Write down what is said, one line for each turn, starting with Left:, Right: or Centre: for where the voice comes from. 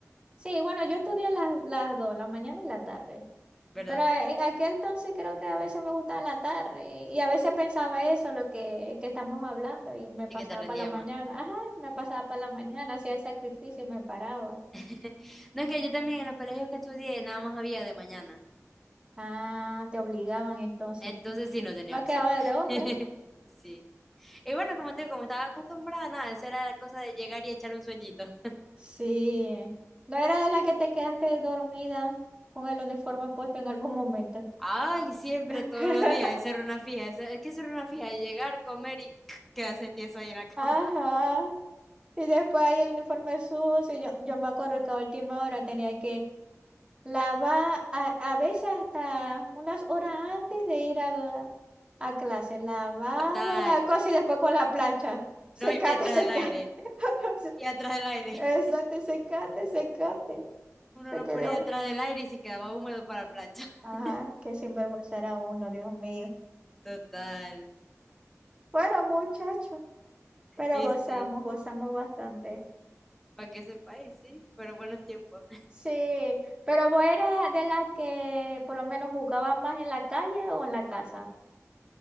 Right: sí, bueno, yo estudié las, las dos, la mañana y la tarde.
Centre: ¿verdad?
Right: Pero en aquel entonces creo que a veces me gustaba en la tarde y a veces pensaba eso, lo que, que estamos hablando, y me pasaba
Centre: Y que te rendía
Right: para la mañana.
Centre: más.
Right: Ajá, me pasaba para la mañana, hacía el sacrificio y me paraba.
Centre: <laughs> No, es que yo también en los colegios que estudié nada más había de mañana,
Right: Ah, te obligaban entonces.
Centre: entonces sí no tenía
Right: No
Centre: opción.
Right: quedaba de otra.
Centre: <laughs> Sí. Y bueno, como te digo, como estaba acostumbrada, nada, eso era cosa de llegar y echar un sueñito.
Right: Sí. No era de la que te quedaste dormida con el uniforme puesto en algún momento.
Centre: Ay, siempre,
Right: <laughs>
Centre: todos los días, esa era una fija. esa- es que esa era una fija, llegar, comer y <laughs> <clears throat> quedarse tieso ahí en la cama.
Right: Ajá. Y después ahí el uniforme sucio. Yo, yo me acuerdo que a última hora tenía que La va a, a veces hasta unas horas antes de ir a, la- a clase. Lavaba
Centre: Total,
Right: la cosa y después con la plancha. Secate,
Centre: no ir detrás
Right: secate.
Centre: del aire,
Right: <laughs>
Centre: y atrás del aire.
Right: Exacto,
Centre: <laughs>
Right: secate, secate.
Centre: Uno
Right: Te
Centre: lo
Right: quedé
Centre: ponía
Right: hombre.
Centre: detrás del aire y se quedaba húmedo para la plancha. <laughs>
Right: Ajá, qué sinvergüenza era uno, Dios mío.
Centre: Total,
Right: Bueno, muchachos, pero
Centre: y
Right: gozamos,
Centre: sí,
Right: gozamos bastante.
Centre: para que sepa, y sí, fueron buenos tiempos.
Right: Sí, pero vos eras de las que por lo menos jugaba más en la calle o en la casa.